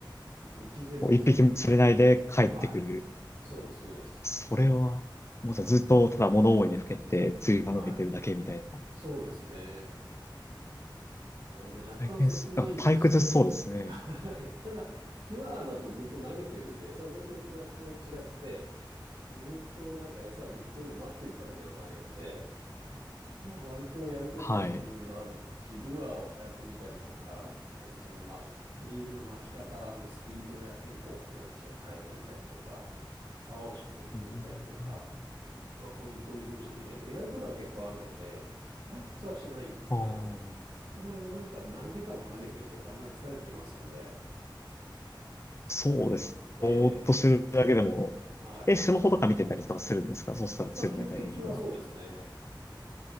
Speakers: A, on the right (about 80°); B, on the left (about 35°).
A: もう1-0の世界ですね。
B: う、一匹も釣れないで帰ってくる。
A: はい。そうです、そうです。
B: それは、もうさ、ずっとただ物思いにふけて釣りが伸びてるだけみたいな。
A: はい。そうですね。なんで若干切ないんですけど、
B: 大変す、なんか退屈そうですね。
A: <laughs> はいただ、ルアーだとずっと投げてるんで、餌釣りと違って、違って、ずっとなんか餌ぶっ込んで待ってるだけではないので、まあ割とやることはいろいろあるし、
B: はい。
A: ルアーを変えてみたりとか、なんかその巻き、リールの巻き方のスピードやテンポ、なんでしょう、変えてみたりとか、竿をしゃくってみたりとか、
B: うん
A: まあ、ポイントを移動してみたりとか、やることは結構あるので、退屈はしないんですが、
B: あー
A: さすがになんか何時間も投げてるとだんだん疲れてきますので、
B: そうです。
A: ええ、
B: ぼーっとするだけでも、
A: はい。
B: え、スマホとか見てたりとかするんですかそうしたら釣れないタイミングは。
A: まあ、休憩中はそうですね。